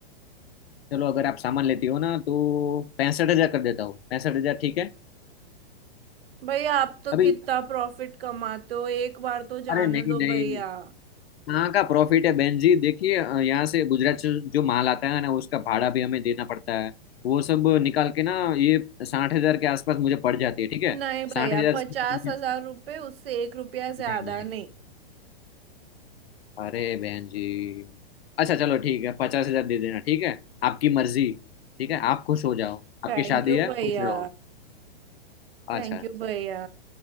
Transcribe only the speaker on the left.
चलो अगर आप सामान लेती हो ना तो पैंसठ हजार कर देता हूँ पैंसठ हजार ठीक है
अभी
अरे नहीं
नहीं
कहाँ का प्रॉफिट है बहन जी देखिए अ, यहाँ से गुजरात से जो माल आता है ना उसका भाड़ा भी हमें देना पड़ता है वो सब निकाल के ना ये साठ हजार के आसपास मुझे पड़ जाती है ठीक है
साठ हजार
से कम नहीं
नहीं नहीं।
अरे बहन जी अच्छा चलो ठीक है पचास हजार दे देना ठीक है आपकी मर्जी ठीक है आप खुश हो जाओ आपकी
शादी
है
खुश रहो
अच्छा